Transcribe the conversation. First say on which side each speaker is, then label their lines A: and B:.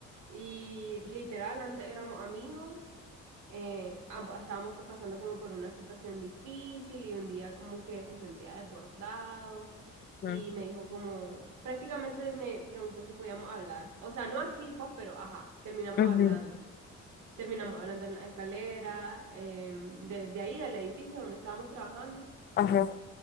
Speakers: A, on the right; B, on the left.
A: y literal, antes éramos amigos, eh, ambos estábamos co- pasando como por una situación difícil y un día como que se sentía desbordado y
B: Ujú.
A: me dijo como, prácticamente me preguntó si podíamos hablar, o sea, no así pues, pero ajá, terminamos
B: Ujú.
A: hablando, terminamos hablando en la escalera, em, de, de ahí del edificio donde estábamos trabajando
B: Ajá,